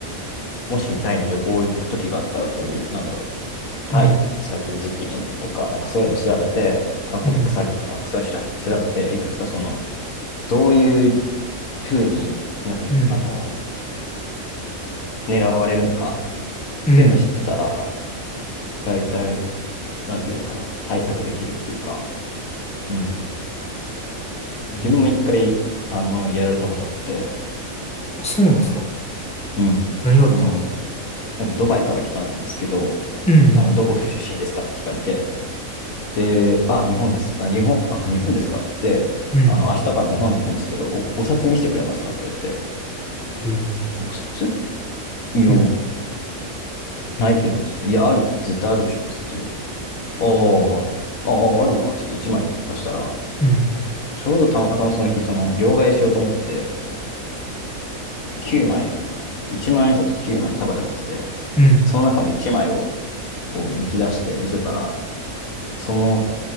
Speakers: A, on the left; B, in the centre.
A: もしタイに旅行行く時があったら、そういう、なんだろう、タイ詐欺事件とか、
B: ーうん、
A: なんかそういうのを調べて、観光客詐欺とか、
B: うん、
A: なんかそういうの調べ調べて、いくつかその、どういうふうになんか、
B: うん、
A: あの、狙われるのかっ
B: うん、
A: ていうのを知ってたら、大体、なんていうのかな、対策できるっていうか、うん。
B: うん。
A: 自分も一回、あの、やられたことあって、
B: あ、そうなんすか
A: うん。
B: 何があったんすか
A: あの、なんかドバイから来たんですけど、
B: うん、
A: あの、どこ出身ですかって聞かれて、で、あ、日本です。あ、日本、あ、日本ですかって言って、
B: うん、うん。
A: あの、明日から日本行くんですけど、お、お札見せてくれますかって言われて、
B: ええ
A: お札いや、
B: うん、
A: ないけど、ちょっと、いや、ある、絶対あるでしょって言って、あーあー、あるわ、つって1枚出したら、
B: うん、
A: ちょうどたまたまその日、その、両替しようと思って、9枚、1万円札を9枚束で持ってて、
B: うん。
A: その中の1枚を、こう、抜き出して見せたら、その、